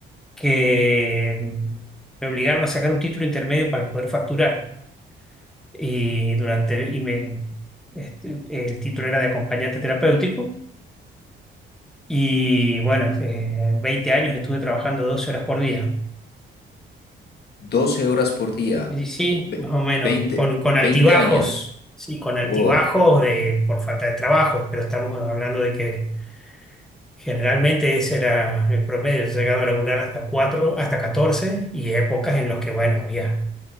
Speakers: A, in the centre; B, on the left (about 55°).
A: que me obligaron a sacar un título intermedio para poder facturar. Y durante, y me, este, el título era de acompañante terapéutico. Y bueno, eh, 20 años estuve trabajando 12 horas por día.
B: 12 horas por día,
A: Y sí,
B: ve-
A: más o menos,
B: 20,
A: con, con
B: 20
A: altibajos,
B: años.
A: sí, con altibajos
B: Wow,
A: de, por falta de trabajo, pero estamos hablando de que generalmente ese era el promedio, he llegado a laburar hasta 4 hasta catorce y épocas en las que, bueno, había